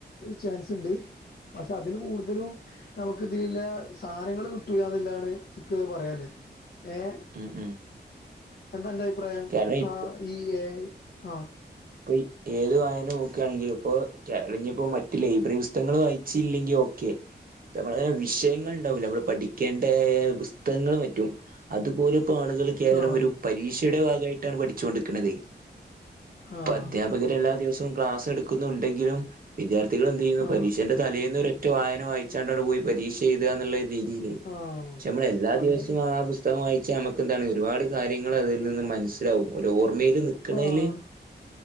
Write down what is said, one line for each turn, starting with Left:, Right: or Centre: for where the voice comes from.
Left: ചാൻസ്ണ്ട് പക്ഷേ അതില് കൂടുതലും നമ്മക്ക് ഇതില്ല സാനങ്ങൾ കിട്ടൂല്ലാന്ന്ള്ളതാണ് ഇക്ക് പറയാല്ലേ ഏ
Right: ഉം ഉം
Left: എന്താ അന്റെ അഭിപ്രായം
Right: കാരണം ഇപ്പോ
Left: ആ ഈ എ ഐ ആഹ്
Right: ഇപ്പോ ഏത് വായന നോക്കാണെങ്കിലും ഇപ്പോ കേള മറ്റു ലൈബ്രറി പുസ്തകങ്ങൾ വായി ച്ചില്ലെങ്കി ഓക്കെ ഞമ്മളെ വിഷയങ്ങൾ ണ്ടാവല്ലേ നമ്മൾ പഠിക്കേണ്ടേ പുസ്തകങ്ങള് മറ്റും അതുപോലും ഇപ്പോ ആളുകള് കേവലം
Left: ആഹ്
Right: ഒരു പരീക്ഷയുടെ ഭാഗായിട്ടാണ് പഠിച്ചൊണ്ട്ക്ക്‌ണത് ഇപ്പോ
Left: ആഹ്
Right: അധ്യാപകരെല്ലാ ദിവസവും ക്ലാസ് എടുക്കുന്നുണ്ടെങ്കിലും വിദ്യാർത്ഥികളെന്ത് ചെയ്യുന്നു
Left: ആഹ്
Right: പരീക്ഷന്റെ തലേന്ന് ഒറ്റ വായന വായിച്ചാണ്ടാണ്ട് പോയി പരീക്ഷ എഴുതാന്ന്ള്ള രീതില് പക്ഷേ
Left: ആഹ്
Right: നമ്മള് എല്ലാ
Left: അതെ
Right: ദിവസവും
Left: അതെ
Right: ആ പുസ് തകം വായിച്ചാ നമുക്കിതാണ് ഒരു പാട് കാര്യങ്ങൾ അതിൽ നിന്ന് മനസ്സിലാവും ഒരു ഓർമ്മയിൽ നി ക്ക്ണെല്
Left: ആ